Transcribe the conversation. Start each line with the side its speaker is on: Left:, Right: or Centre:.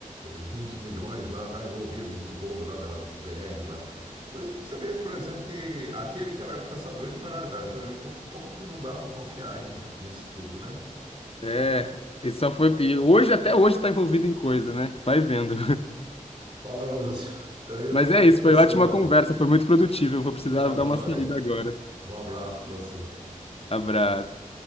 Right: 20 milhões lá, está envolvido em roubo lá da BR lá. Pois, Você vê, por exemplo, que aquele que era o caçador de Marajá, por exemplo, como como que não dá para confiar em- nisso tudo, né?
Left: É, e só foi. E hoje, até hoje, está envolvido em coisa, né? Vai vendo.
Right: Falou, Lúcio.
Left: <laughs>
Right: Daí
Left: Mas
Right: vamos
Left: é
Right: conversando
Left: isso, foi ótima conversa,
Right: aí.
Left: foi muito produtiva. Eu vou precisar
Right: Tá,
Left: dar
Right: joia.
Left: uma saída agora.
Right: Um abraço a você.
Left: Abraço.